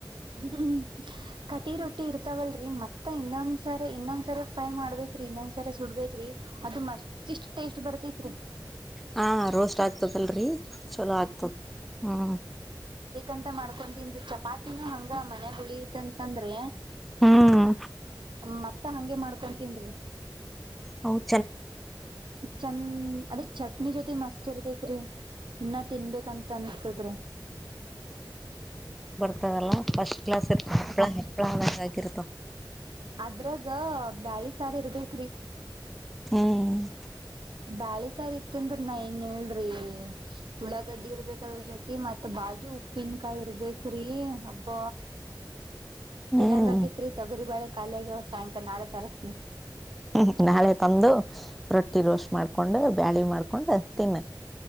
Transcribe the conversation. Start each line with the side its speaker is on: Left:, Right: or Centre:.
Right: ಹ್ಮ್್ಮ ಕಟಿ ರೊಟ್ಟಿ ಇರ್ತಾವವಲ್ರರಿ ಮತ್ತ ಇನ್ನೊಂದ್ಸರಿ ಇನ್ನೊಂದ್ಸರಿ ಫ್ರೈ ಮಾಡ್ಬೇಕೇ್ರಿ ಇನ್ನೊಂದ್ಸರಿ ಸುಡ್ಬೇಕ್ರಿ ಅದು ಮಸ್ತ್ ಇಷ್ಟ್ ಟೇಸ್ಟ್ ಬರ್ತೈತ್ರಿ
Centre: ಹಾ ರೋಸ್ಟ್ ಆಗ್ತದ ಅಲ್ರಿ ಚಲೋ ಆಗ್ತದ ಹ್ಮ್
Right: ಂತ ಮಾಡ್ಕೊಂತಂದು ಚ ಿನ ಹಂಗ ಮನೆ ಗುಳಿತಂತಂದ್ರೆ
Centre: ಹ್ಮ್
Right: ಮತ್ತ ಹಗೆ ಮಾಡ್ ಕೊತೀನ್ೀ
Centre: ಹೌದು
Right: ಚಂದ ಅದ ಚಟ್ನಿ ಜೊತೆ ಮಸ್ತ್ ಇರ್ತೈತ್ರಿ ಇನ್ನ ತಿನ್ಬೇಕಂತ ಅನಸ್ತದ್ರೆ
Centre: ರ್ತದಲ್ಲ ಫಸ್ಟ್ ಕ್ಲಾಸ್ರ್ಳ ಹೆಪ್ಪಳ ಹಾಗಿರುತ
Right: ಅದ್ರಾಗ ಬ್ಯಾಳಿ ಸಾರ ಇರ್ಬೇಕ್ರಿ
Centre: ಹ್ಮ್
Right: ಬಾಳೆ ಸಾರಿ ಇತ್ತ ಅಂದ್ರ ನಾ ಏನ್ ಹೇಳ್ರಿ ಉಳ್ಳಾಗಡ್ಡಿ ಇರ್ಬೇಕದ್ರ ಜತಿ ಮತ್ ಬಾಜ್ ಉಪ್ಪಿನಕಾಯಿ ಇರ್ಬೇಕ್ರಿ ಹಬ್ಬ
Centre: ಹ್ಮ್
Right: ತಿನಂಗ ಆಗೇತ್ರಿ ತೊಗರಿ ಬಾಳೆ ಾಲಿಯಾಗ ಸಾಯಂಕಾಲ ನಾಳೆ ತರಸ್ನ
Centre: ಹ್ಮ ನಾಳೆ ತಂದು ರೊಟ್ಟಿ ರೋಷ್ ಮಾಡ್ಕೊಂಡು ಬ್ಯಾಳಿ ಮಾಡ್ಕೊಂಡು ತಿನ್ನ